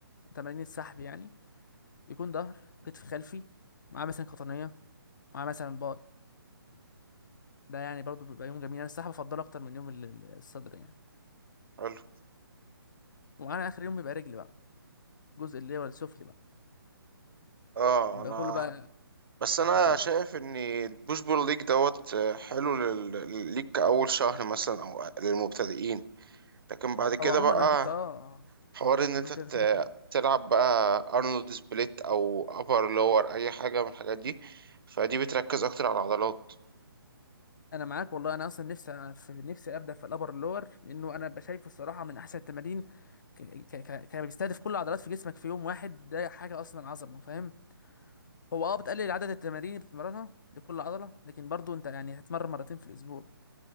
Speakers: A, on the left; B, on the right.
A: تمارين السحب يعني بيكون ظهر كتف خلفي مع مثلا قطنية مع مثلا باي ده يعني برضو بيبقى يوم جميل انا الصراحة بفضله اكتر من يوم ال- ال- الصدر يعني
B: حلو
A: وعلى اخر يوم بيبقى رجل بقى الجزء اللي هو السفلي بقى
B: اه
A: بيبقى
B: انا
A: كله بقى
B: بس انا
A: في كله
B: شايف ان البوش بول ليج دوت آه، حلو لل... لل- ليك كأول شهر مثلا او للمبتدئين لكن بعد كده
A: او عموما
B: بقى
A: انا كنت اه آه، آه.
B: حوار ان انت
A: انا كده
B: ت...
A: كده فاهم
B: تلعب بقى ارنولد سبليت او ابر لور اي حاجة من الحاجات دي فدي بتركز اكتر على العضلات
A: انا معاك والله انا اصلا نفسي في نفسي ابدا في الابر اللور لانه انا بشايفه الصراحه من احسن التمارين ك... ك... ك... ك- بيستهدف كل العضلات في جسمك في يوم واحد ده حاجه اصلا عظمه فاهم هو اه بتقلل عدد التمارين اللي بتتمرنها لكل عضله لكن برضو انت يعني هتتمرن مرتين في الاسبوع